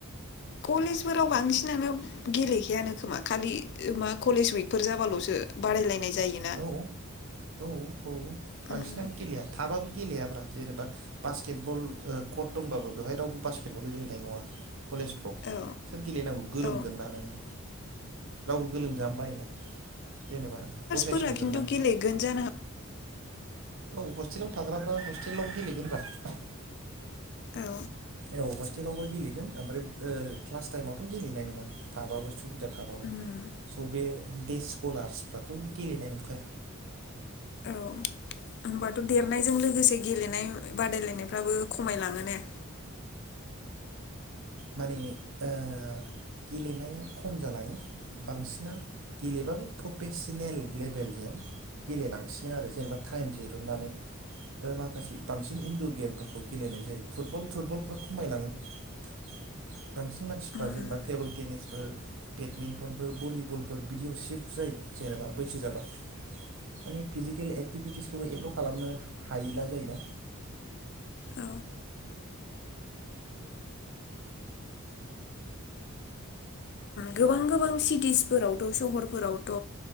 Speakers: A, on the left; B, on the right.
A: कलेजफोराव बांसिनानो गेलेखायानो खोमा खालि मा कलेज उइकफोर जाबाल'सो बादायलायनाय जायोना
B: औ औ औ फांसनानो
A: उम
B: गलि आ हाबाबो गेलेयाब्रा जेनेबा बास्केट बल कट दंबाबो बेवहाय रावबो बास्केट बल गेलेनाय नङा कलेजफ्राव
A: औ
B: सोर गेलेनांगौ गोलोमगोन
A: औ
B: ना नोङो राव गोलोमजानो बायोना जेनेबा असायसनुगोन
A: फोरा खिन्थु
B: ना
A: गेलेगोन जानो
B: औ हस्टेलाव थाग्राफ्रा हस्टेलाव गेलेगोनब्रा
A: औ
B: औ हस्टेलावबो गेलेगोन ओमफ्राय ओ क्लास टाइमावथ' गेलेनाय नङा थाबाबो सुबिदा थाबाबो
A: उम
B: स' बे दे स्कलार्सफ्राथ' गेलेनाय नंखाया।
A: औ होमबाथ' देरनायजों लोगोसे गेलेनाय बादायलायनायफ्राबो खमायलाङो ना?
B: माने ओ गेलेनाया खम जालाङो बांसिना गेलेबाबो प्रफेसनेल लेबेलजों गेलेलांसिनो आरो जेनेबा टाइम दिरुनन्नानै माखासे बांसिन इनन्दर गेमफोरखौ गेलेनाय जायो फुटबल थटुटबलफ्रा खमायलाङो। बांसिन मानसिफ्रा
A: उम
B: जेनेबा टेबोल टेनिसफोर बेडमिन्टनफोर भलिबलफोर बिदियाव सिफ्ट जायो जेनेबा बैसो जाबा माने फिजिकेल एक्टिभिटिसफोरखौ एथ' खालामनो हायला जायोना?
A: औ गोबां गोबां सिटिसफोरावथ' सहरफोरावथ'